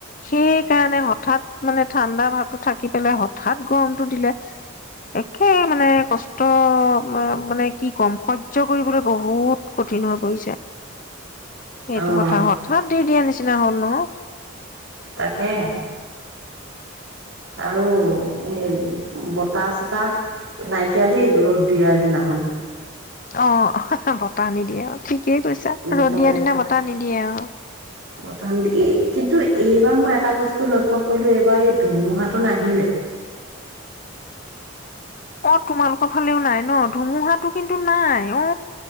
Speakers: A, on the left (about 40°); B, on the right (about 65°).
A: সেইকাৰণে হঠাৎ মানে ঠাণ্ডা ভাৱটো থাকি পেলাই হঠাৎ গৰমটো দিলে একে মানে কষ্ট মানে কি কম সহ্য কৰিবলৈ বহুত কঠিন হৈ পৰিছে। এইটো
B: অ'
A: কথা হঠাৎ <unintelligible> দিয়া নিচিনা হ'ল ন?
B: তাকে। আৰু এ বতাহ চতাহ নাইকিয়া দেই ৰদ দিয়াৰ দিনাখন।
A: অ, বতাহ নি দিয়ে অ ঠিক কি কৈছা
B: বতাহ
A: ৰ'দ দিয়াৰ
B: নাইকিয়া।
A: দিনা বতাহ নিদিয়ে আৰু
B: বতাহ এ কিন্তু এইবাৰ মই এটা বস্তু লক্ষ্য কৰিলো এইবাৰ এই ধুমুহাটো নাহিলে।
A: অ তোমালোকৰ ফালেও নাই ন? ধুমুহাটো কিন্তু নাই অ